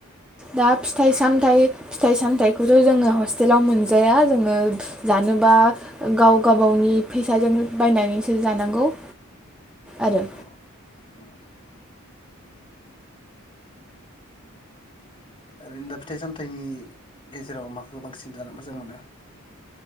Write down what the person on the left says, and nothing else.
उम
औ। ओम। ओरैनो दा फिथाइ सामथाइनि गेजेराव माखौ बांसिन जानो मोजां मोनो?